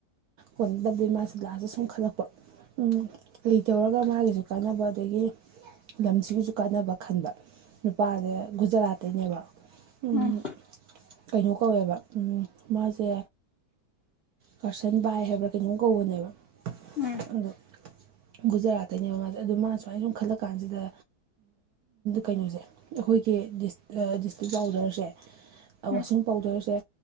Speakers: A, on the right (about 70°); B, on the left (about 60°).
A: ꯀꯣꯟꯒꯗꯕꯗꯤ ꯃꯥꯁꯤ ꯂꯥꯁꯦ ꯁꯨꯝ ꯈꯜꯂꯛꯄ ꯎꯝ ꯀꯔꯤ ꯇꯧꯔꯒ ꯃꯥꯒꯤꯁꯨ ꯀꯥꯟꯅꯕ ꯑꯗꯒꯤ ꯂꯝꯁꯤꯒꯤꯁꯨ ꯀꯥꯟꯅꯕ ꯈꯟꯕ ꯅꯨꯄꯥꯖꯦ ꯒꯨꯖꯔꯥꯠꯇꯩꯅꯦꯕ ꯑꯝ
B: ꯎꯝ
A: ꯀꯩꯅꯣ ꯀꯧꯋꯦꯕ ꯑꯝ ꯃꯥꯖꯦ ꯀꯔꯁꯟ ꯕꯥꯏ ꯍꯥꯏꯕ꯭ꯔꯥ ꯀꯩꯅꯣꯝ ꯀꯧꯕꯅꯦꯕ
B: ꯎꯝ
A: ꯑꯗꯣ ꯒꯨꯖꯔꯥꯠꯇꯅꯦꯕ ꯃꯥꯁꯦ ꯑꯗꯨ ꯃꯥ ꯁꯨꯃꯥꯏꯅ ꯁꯨꯝ ꯈꯜꯂ ꯀꯥꯟꯁꯤꯗ ꯀꯩꯅꯣꯁꯦ ꯑꯩꯈꯣꯏꯒꯤ ꯗꯤꯁꯇ꯭ꯔꯤꯛ ꯄꯥꯎꯗꯔꯁꯦ ꯑ ꯋꯥꯁꯤꯡ
B: ꯎꯝ
A: ꯄꯥꯎꯗꯔꯁꯦ